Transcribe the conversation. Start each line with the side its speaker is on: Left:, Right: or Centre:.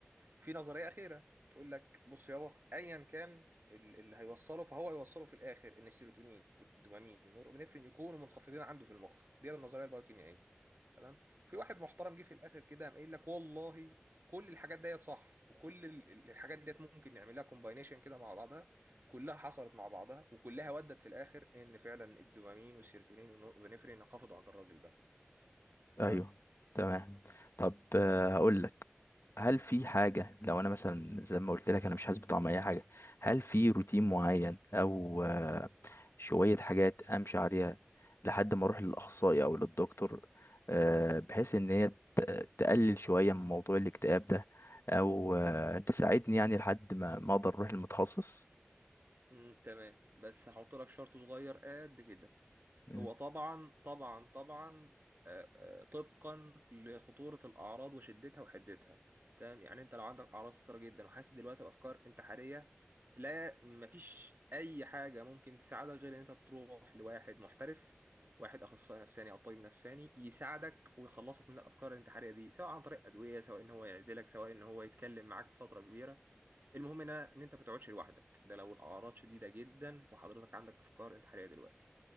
Right: في نظرية أخيرة بتقول لك بص يابا أيا كان ال- اللي هيوصله فهو هيوصله في الآخر إن السيروتونين والدوبامين والنورابينفرين يكونوا منخفضين عنده في المخ دي النظرية البايوكيميائية تمام في واحد محترم جه في الآخر كده قام قايل لك والله كل الحاجات ديت صح وكل ال- ال- الحاجات ديت ممكن نعملها كومباينيشن كده مع بعضها كلها حصلت مع بعضها وكلها ودت في الآخر إن فعلا الدوبامين والسيروتونين والنورابينفرين انخفضوا عند الراجل ده تمام
Left: ايوه تمام طب آه، هقول لك هل في حاجة لو انا مثلا زي ما قلت لك انا مش حاسس بطعم اي حاجة هل في روتين معين او آه، شوية حاجات امشي عليها لحد ما اروح للاخصائي او للدكتور آه، بحيث ان هي ت- تقلل شوية من موضوع الاكتئاب ده او آه، تساعدني يعني لحد ما ما اقدر اروح للمتخصص
Right: امم تمام بس هحط لك شرط صغير قد كده
Left: مم.
Right: هو طبعا طبعا طبعا آه، آه، طبقا لخطورة الأعراض وشدتها وحدتها تمام يعني أنت لو عندك أعراض خطيرة جدا وحاسس دلوقتي بأفكار انتحارية لا مفيش أي حاجة ممكن تساعدك غير إن أنت تروح لواحد محترف واحد أخصائي نفساني أو طبيب نفساني يساعدك ويخلصك من الأفكار الانتحارية دي سواء عن طريق أدوية سواء إن هو يعزلك سواء إن هو يتكلم معاك فترة كبيرة المهم ان أنا- ان انت ما تقعدش لوحدك ده لو الاعراض شديده جدا وحضرتك عندك افكار انتحاريه دلوقتي